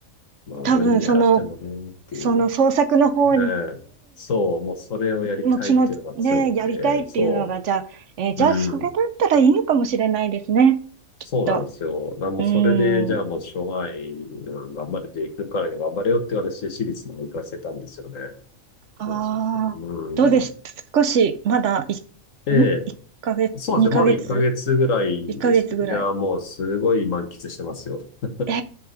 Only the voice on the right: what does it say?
多分、その、その創作の方に
もう気持ち、ね、やりたいっていうのが、
じゃあ、えーじゃあ、
それだったらいいのかもしれないですね。
きっと。
うーん。
ああ、
どうです少し、
まだ、い、
ん ?1 ヶ月、
2ヶ月
?1 ヶ月ぐらい。
え